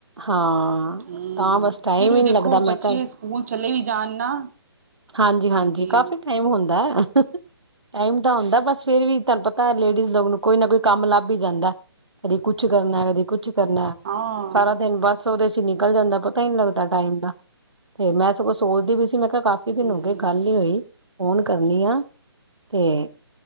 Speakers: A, on the right (about 85°); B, on the right (about 35°).
A: ਹਾਂ
B: ਹੂੰ,
A: ਤਾਂ ਬਸ ਟਾਈਮ
B: ਫਿਰ ਵੀ
A: ਹੀ
B: ਦੇਖੋ,
A: ਨਹੀਂ ਲੱਗਦਾ ਮੈਂ
B: ਬੱਚੇ
A: ਕਿਹਾ
B: ਸਕੂਲ ਚਲੇ ਵੀ ਜਾਣ ਨਾ
A: ਹਾਂਜੀ-ਹਾਂਜੀ,
B: ਹਾਂਜੀ
A: ਕਾਫ਼ੀ ਟਾਈਮ ਹੁੰਦਾ। ਟਾਈਮ ਤਾਂ ਹੁੰਦਾ, ਬਸ ਫੇਰ ਵੀ ਤੁਹਾਨੂੰ ਪਤਾ ਲੇਡੀਜ਼ ਲੋਗ ਨੂੰ ਕੋਈ ਨਾ ਕੋਈ ਕੰਮ ਲੱਭ ਹੀ ਜਾਂਦਾ। ਕਦੀ ਕੁਛ ਕਰਨਾ, ਕਦੀ ਕੁਛ ਕਰਨਾ
B: ਹਾਂ
A: ਸਾਰਾ ਦਿਨ ਬਸ ਬਸ ਉਹਦੇ ਚ ਨਿਕਲ ਜਾਂਦਾ ਪਤਾ ਹੀ ਨਹੀਂ ਲੱਗਦਾ ਟਾਈਮ ਦਾ, ਤੇ ਮੈਂ ਸਗੋਂ ਸੋਚਦੀ ਪਈ ਸੀ ਮੈਂ ਕਿਹਾ ਕਾਫੀ ਕਾਫੀ ਦਿਨ
B: ਹਮ
A: ਹੋ ਗਏ, ਗੱਲ ਨੀ ਹੋਈ, ਫੋਨ ਕਰਨੀ ਆਂ ਤੇ